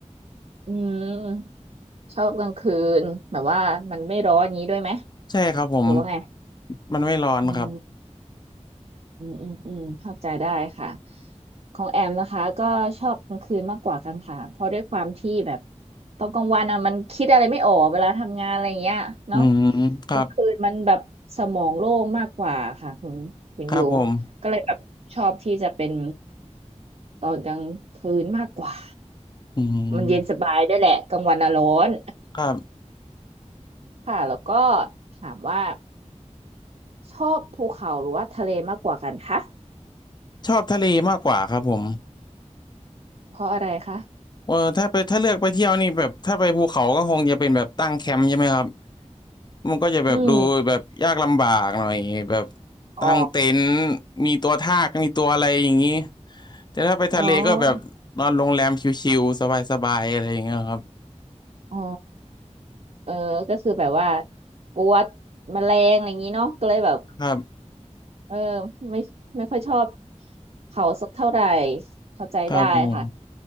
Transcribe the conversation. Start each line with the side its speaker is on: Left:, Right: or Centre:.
Right: อืมชอบกลางคืนแบบว่ามันไม่ร้อนอย่างนี้ด้วยไหม
Left: ใช่ครับผม
Right: หรือว่าไง
Left: มันไม่ร้อนครับ
Right: อื อืมอืมอืมเข้าใจได้ค่ะของแอมนะคะก็ชอบกลางคืนมากกว่ากันค่ะเพราะด้วยความที่แบบตอนกลางวันอ่ะมันคิดอะไรไม่ออกเวลาทำงานอะไรอย่างเงี้ยเนาะ
Left: อืมครับ
Right: กลางคืนมันแบบสมองโล่งมากกว่าค่ะคุณคุณอยู่
Left: ครับผม
Right: ก็เลยแบบชอบที่จะเป็นตอนกลางคืนมากกว่า
Left: อืม
Right: มันเย็นสบายด้วยแหละกลางวันอ่ะร้อน
Left: ครับ
Right: ค่ะแล้วก็ถามว่าชอบภูเขาหรือว่าทะเลมากกว่ากันคะ
Left: ชอบทะเลมากกว่าครับผม
Right: เพราะอะไรคะ
Left: เออถ้าไปถ้าเลือกไปเที่ยวนี่แบบถ้าไปภูเขาก็คงจะเป็นแบบตั้งแคมป์ใช่ไหมครับมันก็จะแบบดูแบบยากลำบากหน่อยแบบ
Right: อืม
Left: ตั้งเต็นท์
Right: อ๋อ
Left: มีตัวทากมีตัวอะไรอย่างนี้แต่ถ้าไปทะเลก็แบบนอนโรงแรมชิลๆสบายๆอะไรอย่างเงี้ยครับ
Right: อ๋ออ๋อเออก็คือแบบว่ากลัวแมลงอะไรอย่างนี้เนาะก็เลยแบบ
Left: ครับ
Right: เออไม่ไม่ค่อยชอบเขาสักเท่าไหร่เข้าใจได้ค่ะ
Left: ครับผม